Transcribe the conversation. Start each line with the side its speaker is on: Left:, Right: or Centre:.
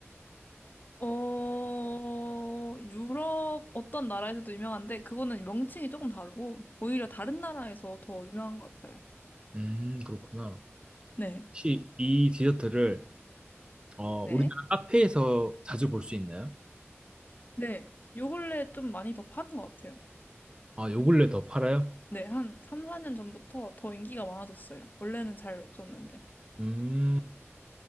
Left: 어, 유럽 어떤 나라에서도 유명한데, 그거는 명칭이 조금 다르고, 오히려 다른 나라에서 더 유명한 것 같아요.
Right: 음, 그렇구나.
Left: 네.
Right: 혹시 이 디저트를 어,
Left: 네.
Right: 우리나라 카페에서 자주 볼 수 있나요?
Left: 네. 요 근래 좀 많이 더 파는 것 같아요.
Right: 아, 요 근래 더 팔아요?
Left: 네. 한 3, 4년 전부터 더 인기가 많아졌어요. 원래는 잘 없었는데.
Right: 음,